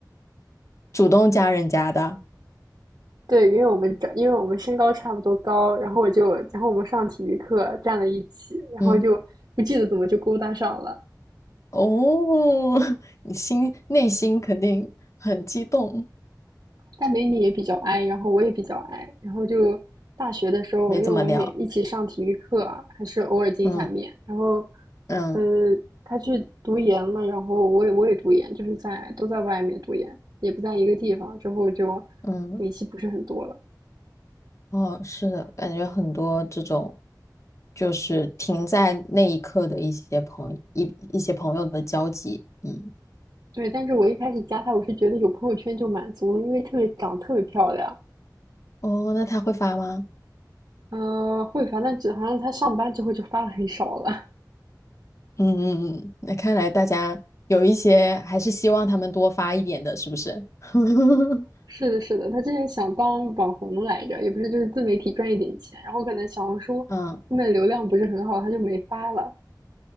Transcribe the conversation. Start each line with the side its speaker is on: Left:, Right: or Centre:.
Left: 主动加人家的。
Right: 对，因为我们长，因为我们身高差不多高，然后我就，然后我们上体育课站在一起，然后就不记得怎么就勾搭上了，
Left: 嗯，哦，<laughs> 你心内心肯定很激动，
Right: 但美女也比较 i，然后我也比较 i，然后就大学的时候，
Left: 没怎么聊。
Right: 因为我们每一起上体育课啊，还是偶尔见一下面。
Left: 嗯
Right: 然后，
Left: 嗯
Right: 呃，他去读研了，然后我也我也读研，就是在都在外面读研，也不在一个地方，之后就
Left: 嗯，
Right: 联系不是很多了。
Left: 哦，是的，感觉很多这种就是停在那一刻的一些朋一一些朋友的交集。嗯，
Right: 对，但是我一开始加他，我是觉得有朋友圈就满足了，因为特别长得特别漂亮。
Left: 哦，那他会发吗？
Right: 呃，会，反正只好像他上班之后就发的很少了。
Left: 嗯嗯嗯，那看来大家有一些还是希望他们多发一点的，是不是？<laughs>
Right: 是的，是的，他之前想当网红来着，也不是就是自媒体赚一点钱，然后可能小红书后面流量不是很好，
Left: 嗯，
Right: 他就没发了。